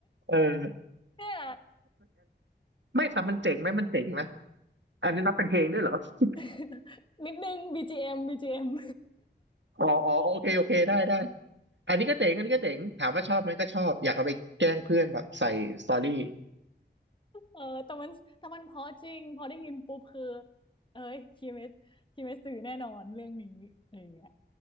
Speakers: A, on the right; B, on the left.
A: เออ
B: เนี่ย
A: ไม่แต่มันเจ๋งไหมมันเจ๋งนะอันนี้นับเป็นเพลงด้วยเหรอ <laughs>
B: <laughs> นิดนึงบีจีเ BGM <laughs>
A: อ๋ออ๋อโอเคโอเคได้ได้อันนี้ก็เจ๋งอันนี้ก็เจ๋งถามว่าชอบไหมก็ชอบอยากเอาไปแกล้งเพื่อนแบบใส่สตอรี่
B: เออแต่มันแต่มันเพราะจริงพอได้ยินปุ๊บคือเอ้ยคิเมสคิเมสสื่อแน่นอนเรื่องนี้อะไรอย่างเงี้ย